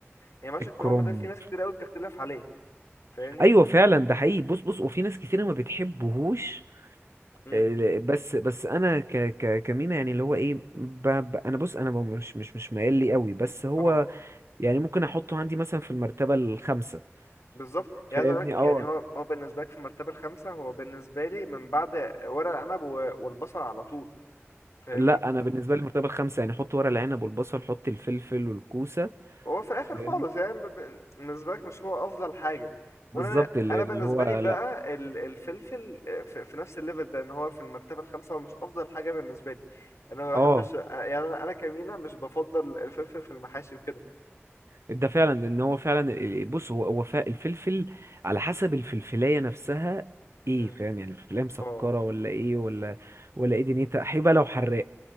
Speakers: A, on the left (about 85°); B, on the right (about 70°).
A: يعني محشي
B: الكرنب
A: الكرنب ده في ناس كتير قوي بتختلف عليه فاهمني
B: ايوه فعلا ده حقيقي بص بص وفي ناس كتيرة ما بتحبهوش
A: امم
B: آه، بس بس انا ك ك كمينا يعني اللي هو ايه ب ب انا بص انا ب- مش مش مش مايل لي قوي بس هو
A: اه
B: يعني ممكن احطه عندي مثلا في المرتبة الخامسة
A: بالظبط
B: فاهمني
A: يعني عايز اقول لك
B: اه
A: يعني هو هو بالنسبه لك في المرتبه الخامسه هو بالنسبه لي من بعد ورق عنب و- والبصل على طول فاهمني
B: لا انا بالنسبة لي المرتبة الخامسة يعني حط ورق العنب والبصل حط الفلفل والكوسة
A: هو في الاخر
B: فاهمني
A: خالص يعني ب- ب- بالنسبه لك مش هو افضل حاجه وانا
B: بالظبط اللي
A: انا
B: اللي
A: بالنسبه
B: هو
A: لي بقى
B: لا
A: ال- الفلفل آه، في, في نفس الليفل ده ان هو في المرتبه الخامسه هو مش افضل حاجه بالنسبه لي انا ما بحبش
B: اه
A: آه، يعني انا انا كمينة مش بفضل الفلفل في المحاشي وكده
B: ده فعلا ان هو فعلا بص هو هو فا- الفلفل على حسب الفلفلايه نفسها ايه
A: مم.
B: فاهم يعني الفلفلايه مسكره
A: اه
B: ولا ايه ولا ولا ايه دنيتها حيبه لو حراق